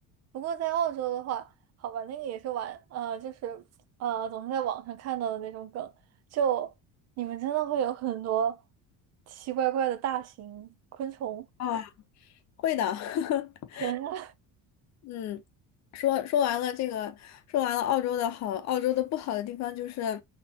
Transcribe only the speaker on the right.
不过在澳洲的话，好吧，那个也是玩，呃，就是呃，总是在网上看到的那种梗，就你们真的会有很多奇怪怪的大型昆虫。
天啊，